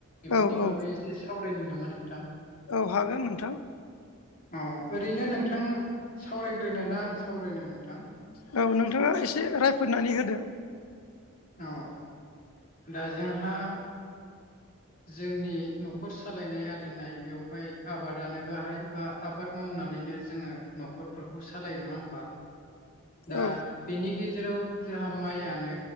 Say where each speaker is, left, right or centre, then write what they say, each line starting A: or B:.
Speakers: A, on the left; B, on the left.
A: बेफोरनि
B: औ औ
A: बागै एसे सावरायनि नामा नोंथां।
B: औ हागोन नोंथां।
A: औ, ओरैनो नोंथां सावरायग्रोनोना आं सावरायनो नोंथां?
B: औ, नोंथाङा एसे रायफोदनानै होदो।
A: औ, दा जोंहा जोंनि न'खर सालायनाय आरिनाय बेवहाय आबादानो गाहाय बा आबाद मावनानैनो जोङो न'खरफोरखौ सालायो नङा होमबा? दा
B: औ
A: बेनि गेजेराव जोंहा माइयानो